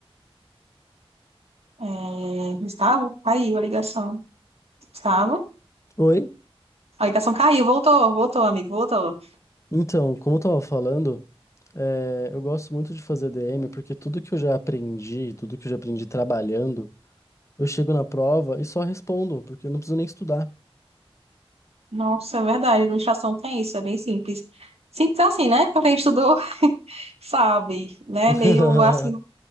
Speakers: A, on the right; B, on the left.
A: É, Gustavo? Caiu a ligação. Gustavo?
B: Oi?
A: A ligação caiu, voltou, voltou, amigo, voltou.
B: Então, como eu tava falando, é, eu gosto muito de fazer DM porque tudo que eu já aprendi, tudo que eu já aprendi trabalhando, eu chego na prova e só respondo, porque eu não preciso nem estudar.
A: Nossa, é verdade, administração tem isso, é bem simples. Simples assim, né? Pra quem estudou sabe? Né?
B: <laughs>
A: Meio assim,